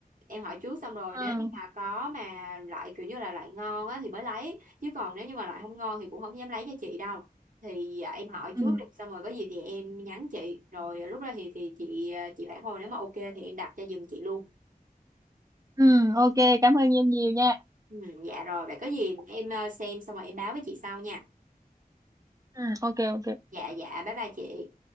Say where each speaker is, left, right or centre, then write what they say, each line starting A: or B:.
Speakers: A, on the right (about 60°); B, on the right (about 20°).
A: Em hỏi trước xong rồi
B: Ừ.
A: nếu như mà có mà loại kiểu như là loại ngon á thì mới lấy. Chứ còn nếu như mà loại không ngon thì cũng không dám lấy cho chị đâu. Thì ờ, em hỏi
B: Ừ.
A: trước đi, xong rồi có gì thì em nhắn chị. Rồi lúc đó thì thì chị ờ, chị phản hồi nếu mà ok thì em đặt cho giùm chị luôn.
B: ừ ok cảm ơn em nhiều nha
A: Ừ, dạ rồi, vậy có gì em ờ, xem xong rồi em báo với chị sau nha.
B: ừ ok ok
A: Dạ dạ, bye bye chị.